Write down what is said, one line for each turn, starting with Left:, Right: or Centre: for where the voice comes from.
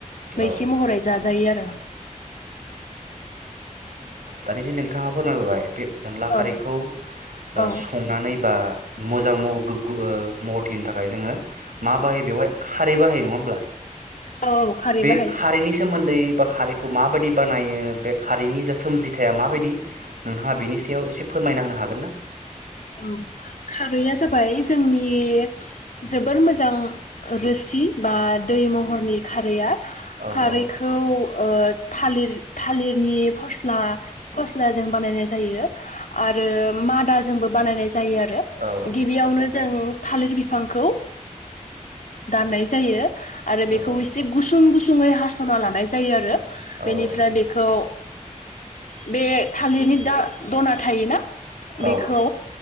Left: मैखि
Right: औ
Left: महरै जाजायो आरो
Right: दानि जे नोंथाङा फोरमायबोबाय बे अनला खारैखौ
Left: औ औ
Right: संनानै बा मोजांह गोग्ग महथिनि थाखाय जोङो मा बाहायो बेवहाय खारै बाहायो नङा होमब्ला
Left: औ औ खारै
Right: बे
Left: बाहायो
Right: खारैनि सोमोन्दै ा खारैखौ माबायदि बानायो बे खारैनि जा सोमजिथाया माबायदि नोंथाङा बेनि सायाव एसे फोरमायनांनो हागोन ना
Left: औ खारैया
Right: औ
Left: जाबाय जों आंनि जोबोर मोजां रोसि बा दै महरनि खारैया
Right: औ
Left: खारैखौ
Right: औ
Left: थालिर थालिरनि फस्ला फस्लाजों बानायनाय जायो आरो मा दास जोंबो बानायनाय जायो आरो
Right: औ
Left: गिबियावनो जों। थालिर बिफांखौ दाननाय। जायो। आरो बेखौ
Right: औ
Left: एसे गुसुं गुसुं। ुङै हास'ना लानाय जायो आरो। बेनिफ्राय
Right: औ औ
Left: बेखौ बे थालिरनि द दना थायोना?
Right: औ
Left: बेखौ खौ